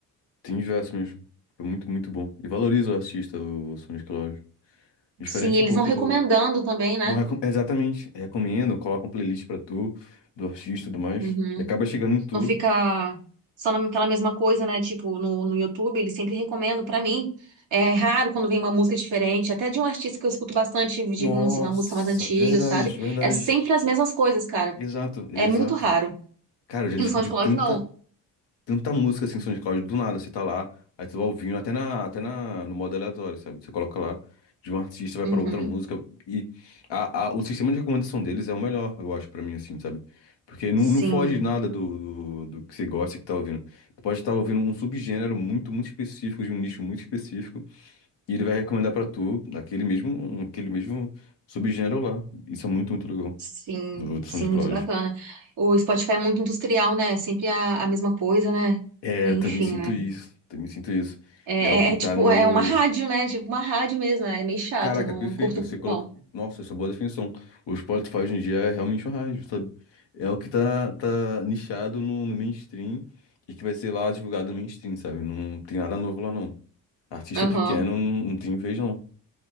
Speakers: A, on the left (about 60°); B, on the right (about 65°).
A: Tem diversos mesmo. Foi muito, muito bom. E valoriza o artista, o SoundCloud. Diferente
B: Sim, eles
A: um pouco
B: vão recomendando
A: do.
B: também, né?
A: Bom, recom- exatamente. Recomendo, coloca um playlist pra tu, do artista e tudo mais.
B: Uhum.
A: E acaba chegando em tu.
B: Não fica só naquela mesma coisa, né? Tipo, no, no YouTube, eles sempre recomendam pra mim. É raro quando vem uma música diferente, até de um artista que eu escuto bastante, de
A: Nossa,
B: assim, uma música mais antiga,
A: verdade,
B: sabe?
A: verdade.
B: É sempre as mesmas coisas, cara.
A: Exato, exato.
B: É muito raro.
A: Cara, eu já
B: E
A: descobri
B: no SoundCloud,
A: tanta,
B: não.
A: tanta música assim no SoundCloud do nada, você tá lá, aí você vai ouvindo até na, até na, no modo aleatório, sabe? Você coloca lá de um artista, vai
B: Uhum.
A: pra outra música e a, a- o sistema de recomendação deles é o melhor, eu acho, pra mim, assim, sabe? Porque não,
B: Sim,
A: não foge nada do, do, do que você gosta e que tá ouvindo. Tu pode estar ouvindo um subgênero muito, muito específico, de um nicho muito específico, e ele vai recomendar pra tu aquele mesmo, um, aquele mesmo subgênero lá. Isso é muito, muito legal
B: sim,
A: do, do
B: sim,
A: SoundCloud.
B: muito bacana. O Spotify é muito industrial, né? É Sempre a, a mesma coisa, né?
A: É,
B: Enfim,
A: eu também sinto
B: né?
A: isso, também sinto isso.
B: É,
A: E é o que
B: é-
A: tá
B: é tipo,
A: no.
B: é uma rádio, né? Tipo, uma rádio mesmo, né? É meio chato,
A: Caraca,
B: não
A: perfeito.
B: curto
A: Você
B: muito,
A: colocou.
B: não.
A: Nossa, essa é uma boa definição. O Spotify hoje em dia é realmente um rádio, sabe? É o que tá, tá nichado no, no mainstream e que vai ser lá divulgado no mainstream, sabe? Não tem nada novo lá, não. Artista
B: Aham.
A: pequeno não, não tem vez, não.